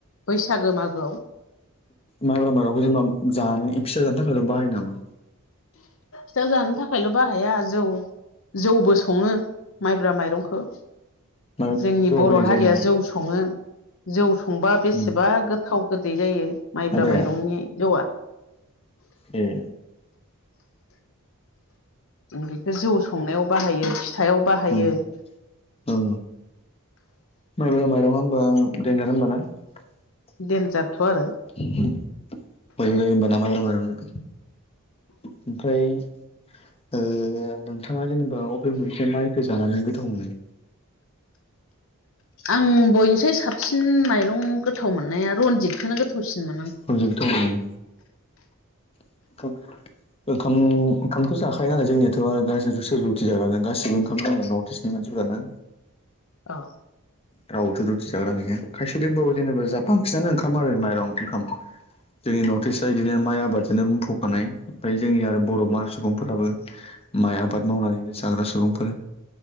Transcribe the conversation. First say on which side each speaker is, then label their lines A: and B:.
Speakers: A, on the left; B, on the left.
A: बैसागो मागोआव
B: माइब्रा माइरंखौ जेनेबा जानाय फिसा जानो थाखायल बाहायो नामा
A: फिथाया जानो थाखायल बाहाया जौ जौबो सङो माइब्रा माइरंखौ
B: माइब्रा
A: जोंनि
B: माइरंनि जौआ
A: बर
B: बेलेग
A: हारिया
B: जायो नामा
A: जौ सङो जौ संबा
B: उम
A: बेसेबा गोथाव गोदै जायो माइब्रा
B: माइब्राया
A: माइरंनि जौआ
B: ए
A: बेखो जौ संनायाव बाहायो फिथाइाव बाहायो
B: उम औ माइब्रा माइरङा होनबा देन्जार होमबाना मोजां
A: देनजारथ' आरो
B: जायो होमबाना माइब्रा मायरं जो ओमफ्राय ओ नोंथाङा जेनेबा अबे मोनसे माइखौ जानानै गोथाव मोनो
A: आं बयनिसाय साबसिन माइरं गोथाव मोननाया रनजितखौनो गोथावसिन मोनो आं
B: <unintelligible> गोथावमोनो <unintelligible> ओंखाम ओंखामथ जाखायो नालाय जोंनियाथ आरो सोर रुथि जागोन गासिबो ओंखाम जोंनिया नर्थ इस्ट नी मानसिफोरा ना
A: अ
B: रावबोथ रुथि जाग्रा गैया खायसे दोंबाबो जेनेबा जा बांसिनानो ओंखाम आरो माइरं ओंखाम जोंनि नर्थ इष्ट बिदिनो माइ आबादजोंनो बुंफखानाय ओमफ्राय जोंनि आरो बरमा सुबुंफोराबो माइ आबाद मावनानैनो जाग्रा सुबुंफोर